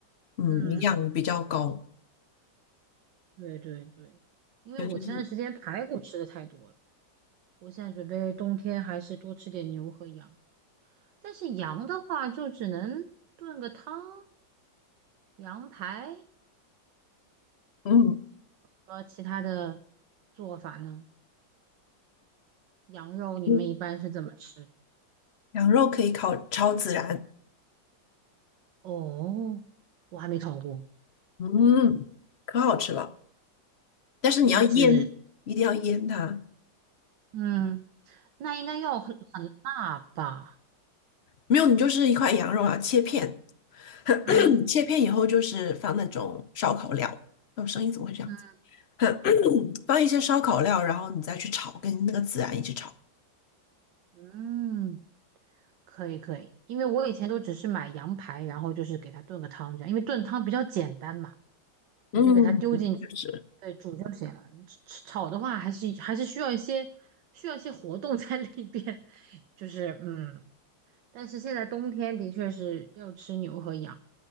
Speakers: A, on the left (about 65°); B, on the right (about 70°).
A: 嗯，
B: 嗯，
A: 营养比较高，
B: 对对对，因为我前段时间排骨吃的太多了，
A: 尤其是
B: 我现在准备冬天还是多吃点牛和羊。但是羊的话，就只能炖个汤，羊排，
A: 嗯，
B: 和其他的做法呢？羊肉你们一般是怎么吃？
A: 嗯羊肉可以烤超孜然，
B: 哦，我还没烤过，
A: 嗯，可好吃了。但是你要腌，
B: 我只，
A: 一定要腌它，
B: 嗯，那应该要很很辣吧？
A: 没有你就是一块羊肉啊，切片，<coughs> <clears throat>
B: 嗯
A: 切片以后就是放那种烧烤料。哦，声音怎么会这样子？
B: 嗯
A: <coughs> <clears throat> 放一些烧烤料，然后你再去炒，跟那个孜然一起炒。
B: 嗯，可以可以，因为我以前都只是买羊排，然后就是给它炖个汤这样，因为炖汤比较简单嘛，
A: 嗯，
B: 你就给它丢进去，
A: 确实。
B: 对，煮就行了。吃吃炒的话，还是还是需要一些需要一些活动在里边，<laughs> 就是嗯，但是现在冬天的确是要吃牛和羊，